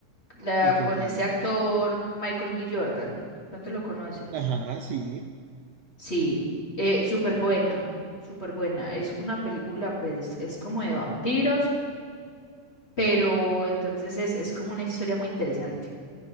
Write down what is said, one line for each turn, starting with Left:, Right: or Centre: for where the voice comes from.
Left: la,
Right: ¿y qué
Left: con
Right: tal?
Left: este actor Michael B. Jordan. Pronto lo conoces.
Right: Ajá, sí,
Left: Sí, eh, súper buena, súper buena. Es una película, pues, es como de vampiros, pero entonces es, es como una historia muy interesante.